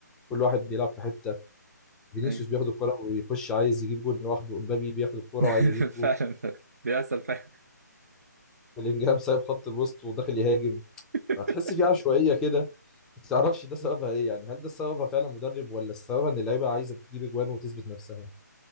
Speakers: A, in the centre; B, on the right (about 55°).
A: كل واحد بيلعب في حته فينيسيوس
B: ايوه
A: بياخد الكره ويخش عايز يجيب جول لوحده امبابي بياخد الكره
B: <laughs>
A: وعايز يجيب جول
B: فعلا فعلا بيحصل فعلا
A: بلينجهام سايب خط الوسط وداخل يهاجم
B: <laughs>
A: فهتحس في عشوائيه كده ما تعرفش ده سببها ايه يعني هل ده سببها فعلا مدرب ولا سببها ان اللعيبه عايزه تجيب اجوان وتثبت نفسها